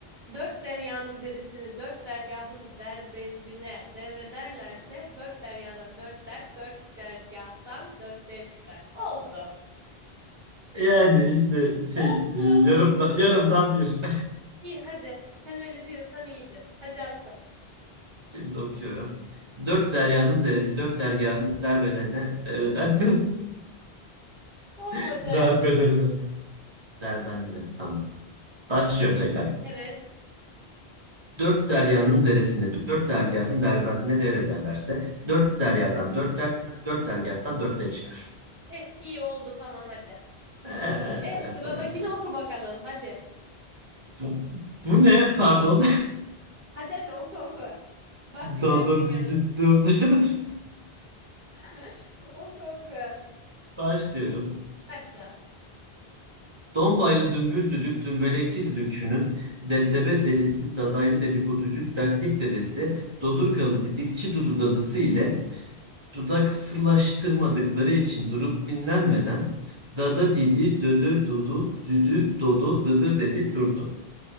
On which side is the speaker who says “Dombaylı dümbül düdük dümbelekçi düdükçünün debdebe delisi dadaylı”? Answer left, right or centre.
Right